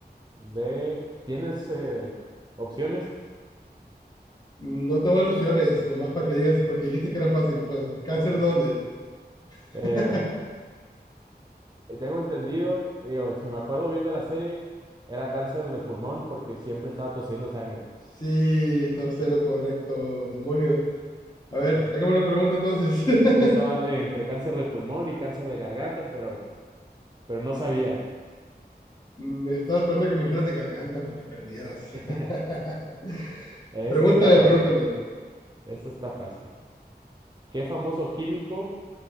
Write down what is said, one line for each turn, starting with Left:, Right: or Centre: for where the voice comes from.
Right: de... ¿Tienes eh, opciones?
Left: No te voy a dar opciones, nomás para que digas, porque dijiste que era fácil. pues. ¿Cáncer dónde?
Right: Eh,
Left: <laughs>
Right: Eh, tengo entendido, digo, si me acuerdo bien de la serie, era cáncer de pulmón porque siempre estaba tosiendo sangre.
Left: Sí, está usted en lo correcto, demonios. A ver,
Right: Es,
Left: hágame una pregunta entonces. <laughs>
Right: es que estaba entre cáncer de pulmón y cáncer de garganta, pero, pero no sabía.
Left: Me estaba esperando que me dijeras de garganta para que perdieras. <laughs>
Right: <laughs> Esto
Left: Pregúntame,
Right: está fácil,
Left: pregúntame.
Right: esto está fácil. ¿Qué famoso químico